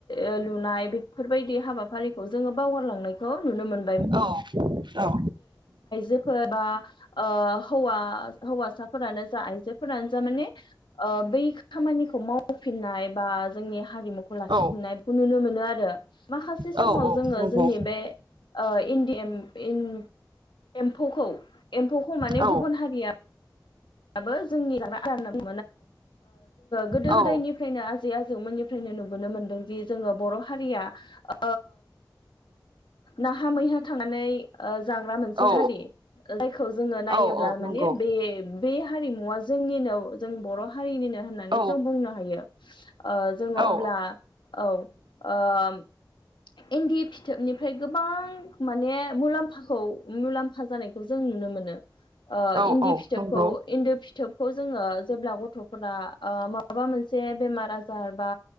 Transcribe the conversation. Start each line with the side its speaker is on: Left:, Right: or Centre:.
Left: ओ लुनाय बेफोरबायदि हाबाफारिखौ जोङो बावगारलांनायखौ नुनो मोन
Right: औ औ
Left: <inaudible> <unintelligible> ओ हौवासाफोरानो जा आइजोफोरानो जा माने ओ बै खामानिखौ मावफिननाय बा जोंनि हारिमुखौ लाखिफिननायखौ
Right: औ
Left: नुनो मोनो आरो आरो माखासे
Right: औ
Left: समाव
Right: औ
Left: जोङो
Right: नंगौ
Left: जोंनि बे ओ इन्दि एम इन <unintelligible> एम्फौखौ एम्फौखौ माने
Right: औ
Left: गुबुन हारिया <unintelligible> जोङो गोदो
Right: औ
Left: गोदायनिफ्रायनो आजै आजौमोननि फनो नुबोनो मोनदोंदि जोङो बर' हारिया ओ नाहा मैहा थांनानै ओ जाग्रा मोनसे
Right: औ
Left: हारि जायखौ जोङो नायोब्ला
Right: औ औ नंगौ
Left: माने बे हारिमुवा जोंनिनो जों बर' हारिनिनो होननानै
Right: औ
Left: जों बुंनो हायो ओ जोङो
Right: औ
Left: अब्ला औ इन्दि फिथोबनिफ्राय गोबां माने मुलाम्फाखौ मुलाम्फा जानायखौ जों नुनो मोनो ओ
Right: औ
Left: इन्दि
Right: औ
Left: फिथोब
Right: नंगौ
Left: खौ एन्दोब फिथोब खौ जोङो जेब्ला गथ'फोरा ओ माबा मोनसे बेमार आजार बा